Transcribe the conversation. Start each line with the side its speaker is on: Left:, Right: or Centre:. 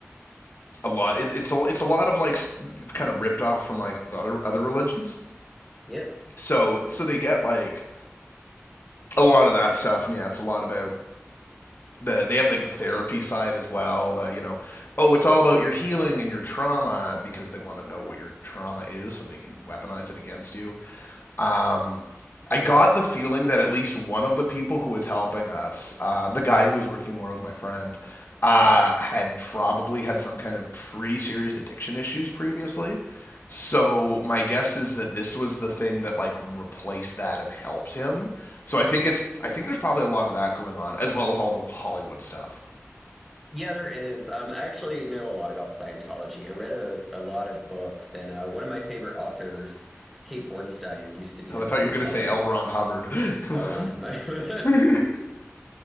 Left: a lot it's, it's a it's a lot of like kind of ripped off from like the other, other religions.
Centre: Yep,
Left: So so they get like a lot of that stuff, and yeah, it's a lot about the they have like the therapy side as well. The you know, oh, it's all about your healing and your trauma because they want to know what your trauma is so they can weaponize it against you. Um, I got the feeling that at least one of the people who was helping us, uh, the guy who was working more with my friend, uh, had probably had some kind of pretty serious addiction issues previously. So my guess is that this was the thing that like replaced that and helped him. So I think
Centre: yeah.
Left: it's I think there's probably a lot of that going on as well as all the Hollywood stuff.
Centre: Yeah, there is. Um, I actually know a lot about Scientology. I read a, a lot of books, and uh, one of my favorite authors, Kate Bornstein, used to be
Left: Oh,
Centre: a Scientologist.
Left: I thought you were gonna say L. Ron Hubbard. <laughs> oh,
Centre: L. Ron Hubbard. <laughs> uh,
Left: it